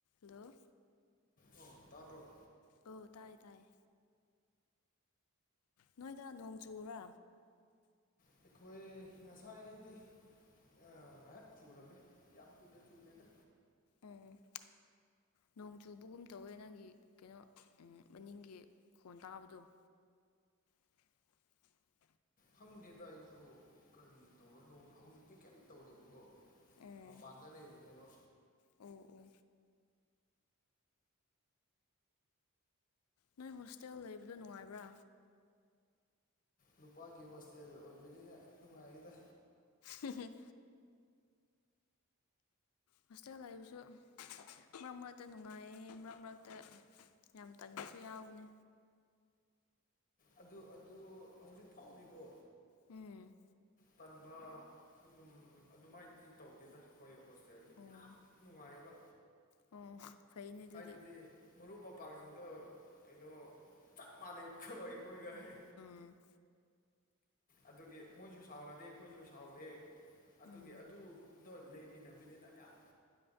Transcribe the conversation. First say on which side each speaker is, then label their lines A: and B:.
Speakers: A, on the left; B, on the left.
A: hello
B: ꯑꯣ ꯇꯥꯕ꯭ꯔꯣ
A: hello ꯇꯥꯏꯌꯦ ꯇꯥꯏꯌꯦ ꯅꯣꯏꯗ ꯅꯣꯡ ꯆꯨꯕ꯭ꯔꯥ
B: ꯑꯩꯈꯣꯏ ꯉꯁꯥꯏꯗꯤ ꯑꯥ ꯉꯩꯍꯥꯛ ꯆꯨꯔꯝꯃꯦ ꯌꯥꯝ ꯀꯨꯏꯅ ꯆꯨꯗꯦꯗ
A: ꯎꯝ ꯅꯣꯡ ꯆꯨꯕꯒꯨꯝ ꯇꯧꯋꯦ ꯅꯪꯒꯤ ꯀꯩꯅꯣ ꯎꯝ ꯃꯅꯤꯡꯒꯤ ꯃꯈꯣꯟ ꯇꯥꯕꯗꯣ <inaudible>
B: ꯈꯪꯗꯦꯗ ꯑꯩꯖꯨ ꯀꯔꯤ ꯇꯧꯔꯗꯧ ꯍꯧꯖꯤꯛꯇꯤ ꯀꯌꯤꯝ ꯇꯧꯗꯦꯕꯀꯣ
A: ꯎꯝ
B: ꯃꯄꯥꯟꯗ ꯂꯩꯕꯅꯦꯕ
A: ꯑꯣ ꯑꯣ ꯅꯣꯏ ꯍꯣꯁꯇꯦꯜ ꯂꯩꯕꯗꯣ ꯅꯨꯡꯉꯥꯏꯕ꯭ꯔꯥ
B: ꯅꯨꯄꯥꯒꯤ ꯍꯣꯁꯇꯦꯜ ꯑꯣꯏꯕꯅꯤꯅ ꯅꯨꯡꯉꯥꯏꯗ
A: ꯍꯨꯝ ꯍꯨꯝ ꯍꯣꯁꯇꯦꯜ ꯂꯩꯕꯖꯨ ꯃꯔꯛ ꯃꯔꯛꯇ ꯅꯨꯡꯉꯥꯏꯌꯦ ꯃꯔꯛ ꯃꯔꯛꯇ ꯌꯥꯝ ꯇꯟꯕꯖꯨ ꯌꯥꯎꯕꯅꯦ
B: ꯑꯗꯨ ꯑꯗꯨ ꯍꯧꯖꯤꯛ ꯐꯥꯎꯗꯤꯀꯣ
A: ꯎꯝ
B: ꯇꯟꯕ ꯒꯨꯝ ꯑꯗꯨꯃꯥꯏꯅꯗꯤ ꯇꯧꯗꯦꯗꯥ ꯑꯩꯈꯣꯏ ꯍꯣꯁꯇꯦꯜꯗꯤ
A: ꯎꯝ
B: ꯌꯥꯝ ꯅꯨꯡꯉꯥꯏꯌꯦꯕ
A: ꯑꯣ ꯐꯩꯅꯦ ꯑꯗꯨꯗꯤ
B: ꯍꯥꯏꯕꯗꯤ ꯃꯔꯨꯞ ꯃꯄꯥꯡꯖꯤꯡꯗꯣ ꯀꯩꯅꯣ ꯆꯞ ꯃꯥꯟꯅꯩꯕ ꯈꯣ ꯑꯩꯈꯣꯏꯒ ꯍꯦ
A: ꯎꯝ
B: ꯑꯗꯨꯒꯤ ꯃꯣꯏꯖꯨ ꯁꯥꯎꯅꯗꯦ ꯑꯈꯣꯏꯖꯨ ꯁꯥꯎꯗꯦ ꯑꯗꯨꯒꯤ
A: ꯎꯝ
B: ꯑꯗꯨ ꯑꯗꯣ ꯂꯩꯃꯤꯟꯅꯕꯅꯤꯅ ꯌꯥꯝ